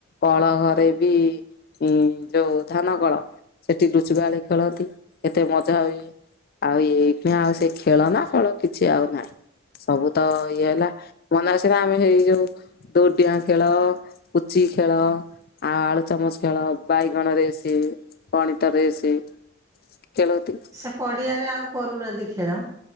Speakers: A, on the left; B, on the right.
A: କଳ ଘରେ ବି ଇ ଯୋଉ ଧାନ କଳ ସେଠି ଲୁଚକାଳି ଖେଳନ୍ତି, କେତେ ମଜା ହୁଏ। ଆଉ ଏଇଖିଣା ଆଉ ସେ ଖେଳ ନା ଫଳ କିଛି ଆଉ ନାହିଁ। ସବୁ ତ ଇଏ ହେଲା ମନେ ଅଛିନା ଆମେ ହେଇ ଯୋଉ ଦୋଡିଆଁ ଖେଳ, ପୁଚି ଖେଳ, ଆଳୁ ଚାମଚ ଖେଳ, ବାଇଗଣ ରେସେ, ପଣିତ ରେସେ କେଳନ୍ତି।
B: ସେ ପଡ଼ିଆରେ ଆଉ କରୁନାହାଁନ୍ତି ଖେଳ।